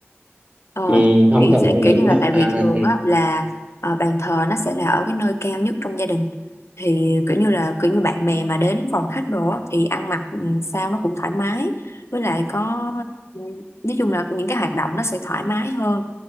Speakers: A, on the left; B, on the right.
A: Ờ,
B: ừ, không
A: thì
B: cần
A: sẽ
B: lên
A: kiểu
B: lửng
A: như là
B: đâu
A: tại
B: à,
A: vì thường á là ờ, bàn thờ nó sẽ là ở cái nơi cao nhất trong gia đình thì kiểu như là kiểu như bạn bè mà đến phòng khách đồ á, thì ăn mặc ừ, sao nó cũng thoải mái với lại có ừ, nói chung là những cái hoạt động nó sẽ thoải mái hơn